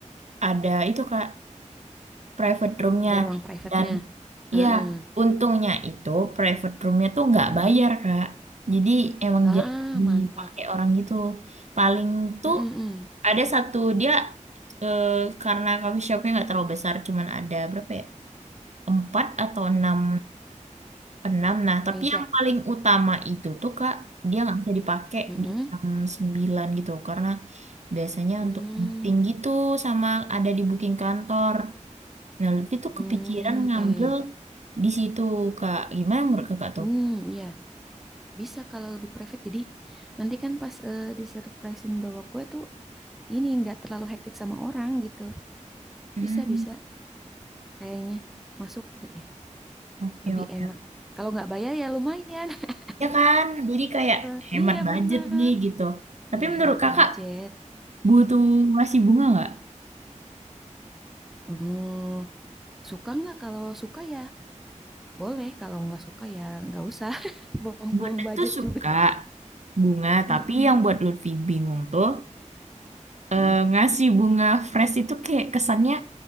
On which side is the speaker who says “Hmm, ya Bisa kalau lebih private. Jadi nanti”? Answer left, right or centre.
Centre